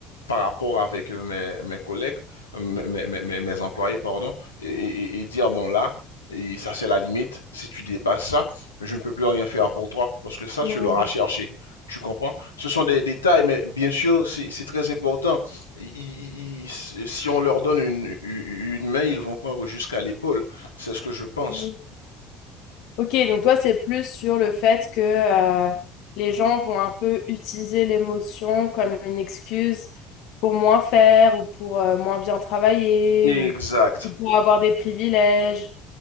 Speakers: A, on the left; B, on the left.
A: par rapport avec mes, mes collègues, mes, mes, mes, mes mes employés, pardon et, et- et dire, bon là, et ça c'est la limite, si tu dépasses ça, je ne peux plus rien faire pour toi, parce que ça,
B: Mhm.
A: tu l'auras cherché. Tu comprends? Ce sont des détails, mais bien sûr, c'est c'est très important. Ils- ils- ils- si on leur donne une, une main, ils vont prendre jusqu'à l'épaule. C'est ce que je pense.
B: Mhm. Ok, donc toi, c'est plus sur le fait que euh, les gens vont un peu utiliser l'émotion comme une excuse pour moins faire ou pour euh, moins bien travailler
A: Exact,
B: ou, ou pour avoir des privilèges.